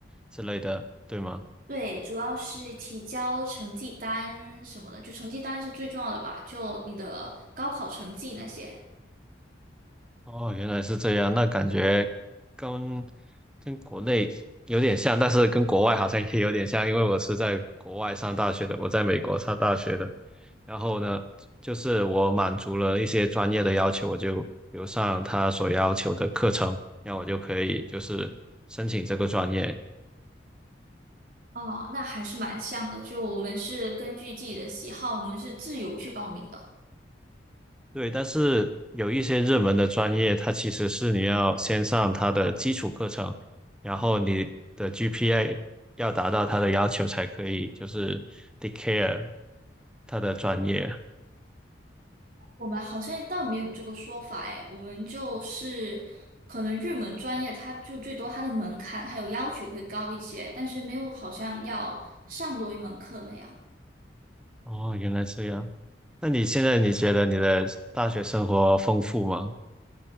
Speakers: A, in the centre; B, on the right.
A: 之类的，对吗？
B: 对，主要是提交成绩单什么的，就成绩单是最重要的吧。就你的高考成绩那些。
A: 哦，原来是这样，那感觉跟跟国内有点像，但是跟国外好像也有点像，因为我是在国外上大学的，我在美国上大学的。然后呢，就是我满足了一些专业的要求，我就留上他所要求的课程，那我就可以就是申请这个专业。
B: 哦，那还是蛮像的。就我们是根据自己的喜好，我们是自由去报名的。
A: 对，但是有一些热门的专业，它其实是你要先上它的基础课程，然后你的 GPA 要达到它的要求才可以，就是 declare 它的专业。
B: 我们好像倒没有这个说法哎，我们就是可能热门专业，它就最多它的门槛还有要求会高一些，但是没有好像要上多一门课那样。
A: 哦，原来这样。那你现在你觉得你的大学生活丰富吗？